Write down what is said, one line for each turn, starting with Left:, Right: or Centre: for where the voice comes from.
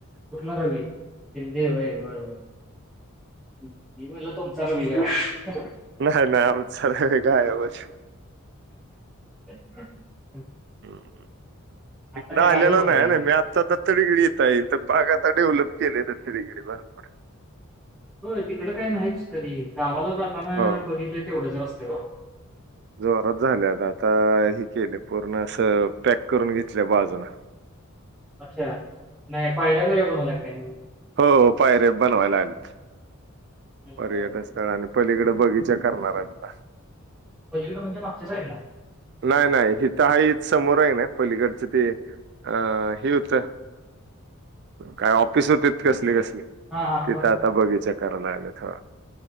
Centre: कुठला रवी, शिंदे व्हय बर बर, मी म्हटलं तुमचा रवी <unintelligible> <inaudible>
Right: नाय नाय आमचा रवी गायबच.
Centre: <unintelligible>
Right: ह
Centre: आता
Right: तिकडं
Centre: काय
Right: आलेला
Centre: गाडीवर होता
Right: नाही
Centre: काय
Right: ना
Centre: मग?
Right: मी आत्ता तर तिकडे येत आहे पाग आता डेवलप. केले दत्त <unintelligible> बरोबर.
Centre: होय, तिकडं काय नाहीचं कधी. गावा ला जातांना
Right: हो
Centre: बघितले तेवढचं रस्ता <unintelligible>
Right: जोरात झाले आता, हे केले पूर्ण असं पॅक करून घेतलय बाजूला.
Centre: अच्छा नाही. पायऱ्या बियऱ्या बनवला काय
Right: हो.. पायऱ्या बनवायला लागवलेत. पर्यटन
Centre: बरं बरं.
Right: स्थळ आणि पलीकड बगीचा. करनार हायत आता.
Centre: पलीकडं, म्हणजे मागच्या साईडला.
Right: नाही नाही हित हाय हे समोर आहे ना, पहिलीकडच ते अ हे होत काय ऑफिस होती कसली कसली.
Centre: हां हां
Right: तित, आता बगीचा करायला लागलेत हो.